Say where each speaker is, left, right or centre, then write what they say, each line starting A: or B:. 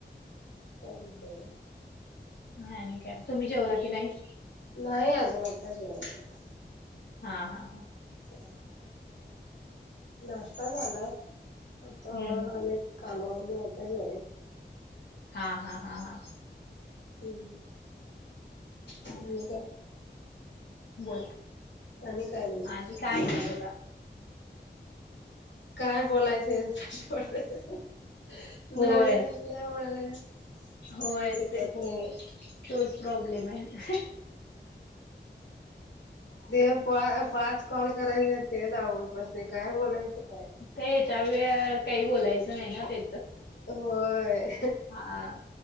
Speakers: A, on the left (about 85°); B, on the left (about 65°).
A: चाले का
B: नाही नाही का तुम्ही जेवला की नाही
A: नाही अजून आता जवाय त
B: हा हा हा
A: चा नाश्ता झाला आता
B: हम्म
A: अनेक कामावर न होता जेवय
B: हा हा हा हा
A: हम्म
B: ह
A: आणि काय
B: बोला
A: आणि काय म्हणलं
B: आणि काय नाही बघा
A: काय बोलायचं त्याच्या
B: होय
A: नवीन असल्या म्हणा काही
B: होय
A: फिकिकत
B: ते
A: नाही
B: तोच प्रॉब्लेम आहे
A: ते पा पाच कॉल करायचा ते जा आवडपासते काय बोलायचं काय
B: ते याच्या वळ काही बोलायचं नाही ना ते
A: होय
B: हा